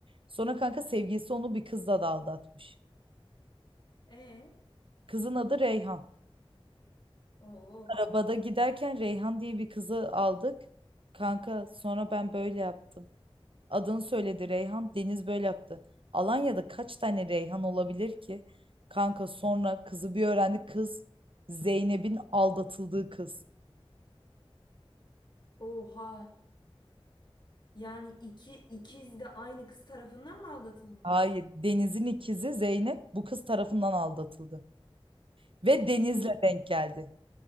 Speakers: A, on the right (about 60°); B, on the left (about 50°).
A: Sonra kanka sevgilisi onu bir kızla da aldatmış.
B: E,
A: Kızın adı Reyhan.
B: oo,
A: Arabada giderken Reyhan diye bir kızı aldık. Kanka sonra ben böyle yaptım. Adını söyledi Reyhan. Deniz böyle yaptı. Alanya'da kaç tane Reyhan olabilir ki? Kanka sonra kızı bir öğrendi. Kız Zeynep'in aldatıldığı kız.
B: Oha. Yani iki ikiz de aynı kız tarafından mı aldatılmış?
A: Hayır, Deniz'in ikizi Zeynep bu kız tarafından aldatıldı. Ve Deniz'le
B: De
A: denk geldi.